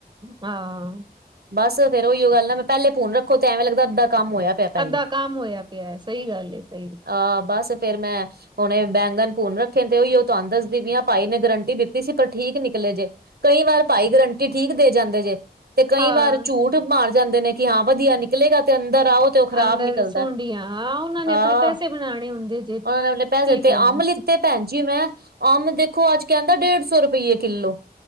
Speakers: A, on the right; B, on the right.
A: ਹਾਂ
B: ਬਸ ਫੇਰ ਉਹੀਓ ਗੱਲ ਨਾ ਮੈਂ ਪਹਿਲੇ ਭੁੰਨ ਰੱਖੋ ਤੇ ਐਵੇਂ ਲੱਗਦਾ ਅੱਦਾਂ ਕੰਮ ਹੋਇਆ ਹੋਇਆ ਪਿਆ ਪਹਿਲੇ
A: ਅੱਧਾ ਕੰਮ ਹੋਇਆ ਪਿਆ ਹੈ। ਸਹੀ ਗੱਲ ਏ ਸਹੀ ਗੱਲ।
B: ਆਹ ਬਸ ਫੇਰ ਮੈਂ। ਹੁਣ ਇਹ ਬੈਂਗਨ ਭੂਨ ਰੱਖੇ ਤੇ ਉ ਉਹ ਤੁਹਾਨੂੰ ਦੱਸਦੀ ਵੀ ਆ ਭਾਈ ਨੇ ਗਰੰਟੀ ਦਿੱਤੀ ਸੀ ਪਰ ਠੀਕ ਨਿਕਲੇ ਜੇ। ਕਈ ਵਾਰ ਭਾਈ ਗਰੰਟੀ ਠੀਕ ਦੇ ਜਾਂਦੇ ਜੇ। ਤੇ ਕਈ
A: ਹਾਂ
B: ਵਾਰ ਝੂਠ ਮਾਰ ਜਾਂਦੇ ਨੇ। ਕਿ ਹਾਂ ਵਧੀਆ ਨਿਕਲੇਗਾ ਤੇ ਅੰਦਰ ਆਓ। ਤੇ ਉਹ ਖ਼ਰਾਬ
A: ਅੰਦਰ
B: ਨਿਕਲਦਾ
A: ਸੁੰਡੀਆਂ ਹਾਂ ਉਹਨਾਂ ਨੇ ਆਪਣੇ
B: ਆ
A: ਪੈਸੇ ਬਣਾਣੇ ਹੁੰਦੇ ਜੇ
B: ਉਹਨਾਂ ਨੇ ਆਪਣੇ ਪੈਸੇ
A: ਕੀ ਕਰਨ
B: ਤੇ ਅੰਬ ਲਿੱਤੇ ਭੈਣ। ਜੀ ਮੈਂ ਅੰਬ ਦੇਖੋ ਅੱਜ ਕਹਿੰਦਾ ਡੇਢ ਸੌ ਰੁਪਈਏ ਕਿੱਲੋ।